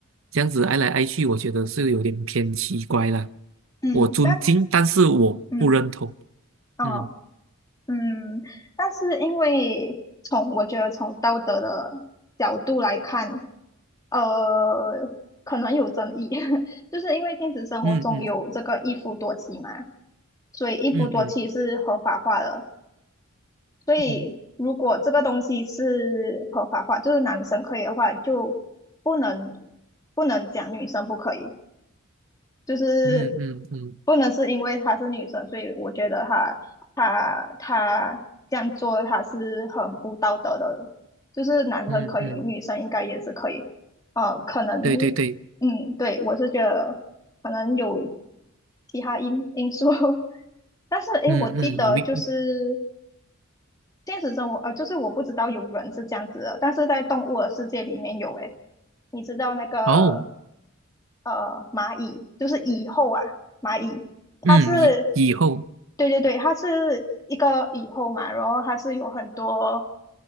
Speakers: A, on the right; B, on the left.
A: 这样子爱来爱去，我觉得是有点偏奇怪了。
B: 嗯，
A: 我尊敬，
B: 但
A: 但是我不认同。
B: 嗯哦
A: 嗯
B: 嗯，但是因为从我觉得从道德的角度来看。呃，可能有争议，<laughs> 就是因为现实生活中有这个一夫多妻嘛，
A: 嗯嗯
B: 所以一夫多妻是合法化的。
A: 嗯嗯
B: 所以如果这个东西是合法化，
A: 嗯
B: 就是男生可以的话，就不能不能讲女生不可以。就是
A: 嗯嗯嗯
B: 不能是因为她是女生，所以我觉得她她她这样做她是很不道德的。就是男生可以，
A: 嗯嗯，
B: 女生应该也是可以。呃，可能，
A: 对对对，
B: 嗯，对，我是觉得可能有其他因因素，<laughs> 但是诶，
A: 嗯嗯，
B: 我记得就是
A: 我明。
B: 现实生活，呃，就是我不知道有人是这样子的，但是在动物的世界里面有诶，你知道那个？
A: 哦，
B: 呃蚂蚁，就是蚁后啊，蚂蚁，它是，
A: 嗯，以以后，
B: 对对对，它是一个蚁后嘛，然后它是有很多，